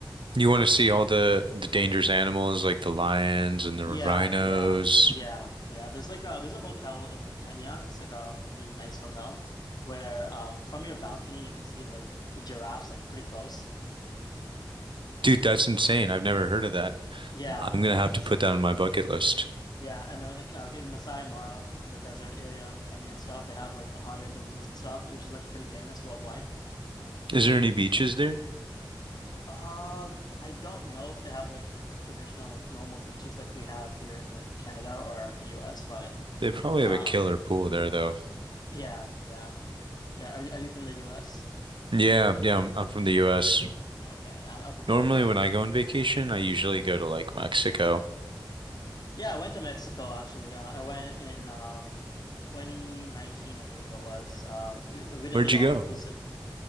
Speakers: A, on the right; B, on the left.
A: You want to see all the the dangerous animals like the lions and the
B: Yeah,
A: rhinos.
B: yeah, yeah, yeah. There's like a there's a hotel in Kenya. It's like a pretty nice hotel where um from your balcony you can see like the giraffes like pretty close.
A: Dude, that's insane. I've never heard of that.
B: Yeah,
A: I'm
B: yeah.
A: gonna have to put that on my bucket list.
B: Yeah, and then like uh, in Masai Mara, like the desert area of Kenya and stuff, they have like the hot air balloons and stuff, which is like pretty famous worldwide.
A: Is there any beaches there?
B: Uh, I don't know if they have like traditional like, normal beaches like we have here in like Canada or the US, but
A: They probably have
B: uh,
A: a killer pool there though.
B: yeah, yeah, yeah. Are you are you from the US?
A: Yeah, yeah, I'm, I'm from the US.
B: Okay, I'm, I'm from Canada.
A: Normally when
B: <laughs>
A: I go on vacation, I usually go to like Mexico.
B: Yeah, I went to Mexico actually. Uh, I went in uh 2019, I believe it was. Um, we, we did
A: Where'd
B: the
A: you
B: all
A: go?
B: inclusive.